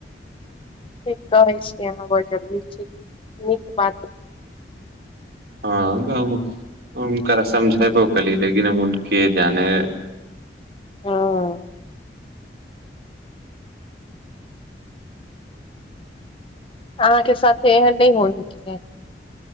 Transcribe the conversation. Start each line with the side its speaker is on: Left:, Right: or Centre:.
Left: ठीक कहै छी अहाँ बहुत जरुरी छी नीक बात
Right: हँ हम हुनकरा समझेबो कलीय लेकिन हम उनका के जाने
Left: हँ अहाँ के साथे एहन नहि हो हेके